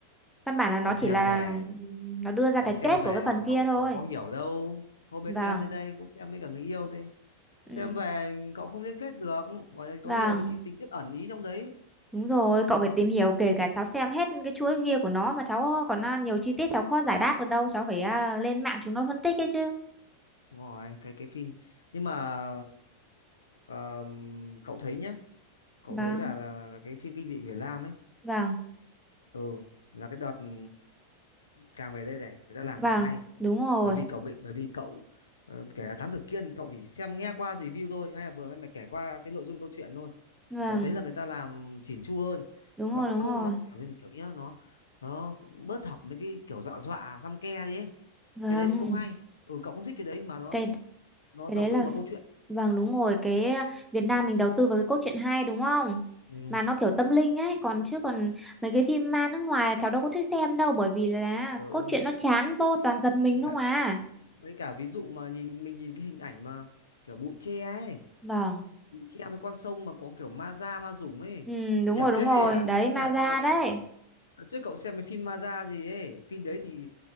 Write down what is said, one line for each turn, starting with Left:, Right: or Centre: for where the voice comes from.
Centre: Căn bản là
Left: cậu
Centre: nó
Left: xem
Centre: chỉ là
Left: về,
Centre: ừ, nó đưa ra
Left: cậu
Centre: cái
Left: xem
Centre: kết
Left: về,
Centre: của cái phần kia
Left: cậu
Centre: thôi.
Left: cậu có hiểu đâu. Hôm mới
Centre: Vâng.
Left: xem đến đây cũng xem với cả người yêu đi.
Centre: Ừ.
Left: Xem về cậu không liên kết được, gọi là
Centre: Vâng.
Left: có nhiều cái chi- tình tiết ẩn ý trong đấy.
Centre: Đúng rồi, cậu phải tìm hiểu kể cả cháu xem hết cái chuỗi kia của nó mà cháu còn à, nhiều chi tiết cháu khó giải đáp được đâu, cháu phải à, lên mạng chúng nó phân tích ấy chứ.
Left: Đúng rồi, cái cái phim. Nhưng mà ờm, cậu thấy nhá, cậu
Centre: Vâng,
Left: thấy là, là là cái phim kinh dị của Việt Nam ấy,
Centre: vâng,
Left: ừ là cái đợt ừm, càng về đây này, người ta làm
Centre: vâng,
Left: càng hay.
Centre: đúng rồi,
Left: bởi vì cậu bị bởi vì cậu ờ, kể Thám Tử Kiên cậu chỉ xem nghe qua review thôi hay là vừa em mày kể qua cái nội dung câu chuyện thôi
Centre: vâng,
Left: cậu thấy là người ta làm chỉn chu hơn
Centre: đúng
Left: nó
Centre: rồi,
Left: không
Centre: đúng
Left: không
Centre: rồi,
Left: nó kiểu như kiểu như nó nó bớt học mấy cái kiểu dọa dọa xăm ke đi ấy.
Centre: vâng,
Left: cái đấy thì không hay ừ cậu không thích cái đấy mà nó
Centre: cái
Left: nó
Centre: cái
Left: đầu
Centre: đấy là,
Left: tư vào câu chuyện
Centre: vâng đúng rồi, cái à, Việt Nam mình đầu tư vào cái cốt truyện hay đúng không?
Left: ừ.
Centre: Mà nó kiểu tâm linh ấy, còn chứ còn mấy cái phim ma nước ngoài là cháu đâu có thích xem đâu, bởi vì là
Left: ừ.
Centre: cốt truyện nó chán vô toàn giật mình
Left: với
Centre: không
Left: cả
Centre: à.
Left: với cả ví dụ mà nhìn mình nhìn cái hình ảnh mà kiểu bụi tre ấy
Centre: Vâng.
Left: bụi tre với con sông mà có kiểu ma da ma dũng ấy
Centre: Ừ,
Left: thì
Centre: đúng
Left: chả
Centre: rồi,
Left: kê
Centre: đúng rồi.
Left: à
Centre: Đấy,
Left: kiếp
Centre: ma
Left: nhà
Centre: da
Left: cậu gần
Centre: đấy.
Left: đợt trước Đợt trước cậu xem cái phim ma da gì ấy phim đấy thì